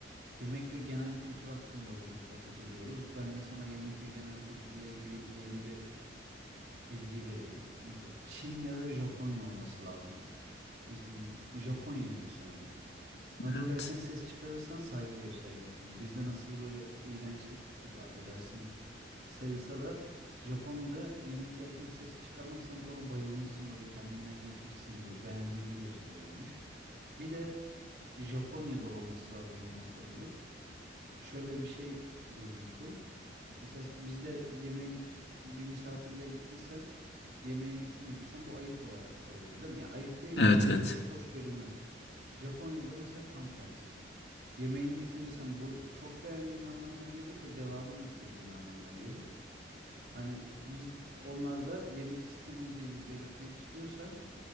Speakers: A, on the right; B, on the left.
A: yemek ve genel kültür hakkında bugün sohbet ediyoruz, ben de sana yemek ve genel kültürle ilgili yeni bir bilgi vereyim. Mesela Çin ya da Japonya olması lazım. Mesela Japonya'ydı sanırım. Nadal
B: Evet.
A: erken ses çıkarırsan saygı göstergesidir. Bizde nasıl böyle iğrençlik gibi affedersin sayılsa da Japonya'da yemek yerken ses çıkarman sanki ona bayılmışsın böyle kendinden geçmişsin gibi beğendiğini gösteriyormuş. Bir de Japonya'da olması lazım yine sanırım. Şöyle bir şey duymuştum. Mesela bizde yemek bir misafirliğe gittiysen yemeği bitirmediysen bu ayıp olarak sayılır değil mi? Ya ayıp değil
B: Evet
A: de
B: evet.
A: çok hoş görünmez. Japonya'da mesela tam tersi. Yemeğini bitirirsen bu çok beğendiğin anlamına gelir ve devamını istediğin anlamına gelir. Hani biz onlarda yemek istemediğini belirtmek istiyorsan